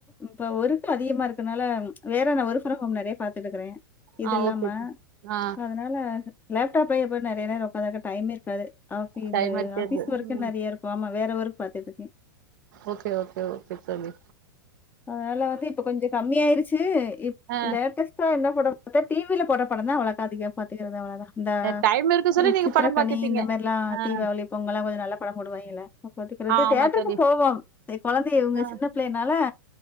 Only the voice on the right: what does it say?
ஆ
ஓகே தோழி. ஆ
டைம் இருக்காது
ம்
ஓகே ஓகே ஓகே சொல்லு
ஆ
டைம் இருக்கு சொல்லி
நீங்க
படம் பாத்துப்பீங்க
ஆ
ஆமா
தோழி
ஆ